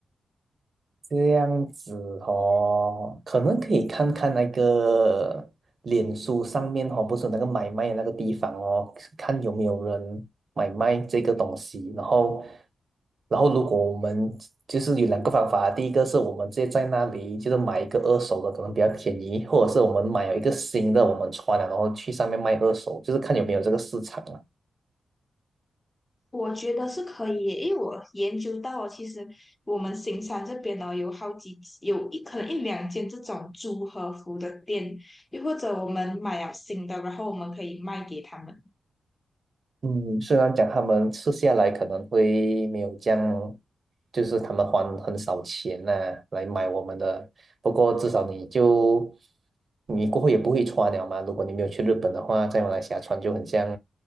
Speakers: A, on the right; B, on the left.
A: 这样子哦，可能可以看看那个脸书上面哦，不是有那个买卖的那个地方哦，看有没有人买卖这个东西。然后，然后如果我们就是有两个方法，第一个是我们直接在那里就是买一个二手的，可能比较便宜，或者是我们买了一个新的，我们穿了然后去上面卖二手，就是看有没有这个市场啊。
B: 我觉得是可以耶，因为我研究到哦其实我们新山这边呢有好几有一可能一两间这种租和服的店，又或者我们买了新的，然后我们可以卖给他们。
A: 嗯，虽然讲他们吃下来可能会没有这样，就是他们还很少钱呐、来买我们的，不过至少你就你过后也不会穿了嘛。如果你没有去日本的话，在马来西亚穿就很像，